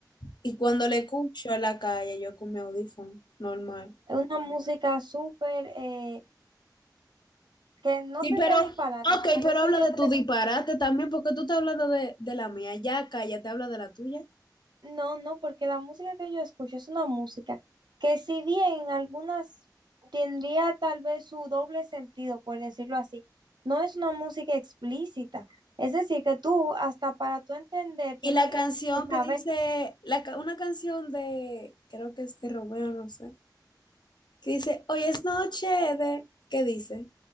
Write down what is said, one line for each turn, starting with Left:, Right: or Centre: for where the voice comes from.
Left: Y cuando le escucho en la calle, yo con mi audífono, normal.
Right: es Una música súper eh, que no
Left: Sí,
Right: tendría
Left: pero,
Right: ni
Left: ok,
Right: palabras. Por
Left: pero
Right: eso
Left: habla
Right: yo,
Left: de tu
Right: pre-
Left: disparate también, porque tú estás hablando de, de la mía. Ya, cállate, habla de la tuya.
Right: no, no, porque la música que yo escucho es una música que si bien en algunas tendría tal vez su doble sentido, por decirlo así, no es una música explícita. Es decir, que tú, hasta para tú entender,
Left: Y
Right: tienes
Left: la canción
Right: que saber.
Left: que dice, la, ca- una canción de, creo que es de Romeo, no sé, que dice, hoy es noche de, ¿qué dice?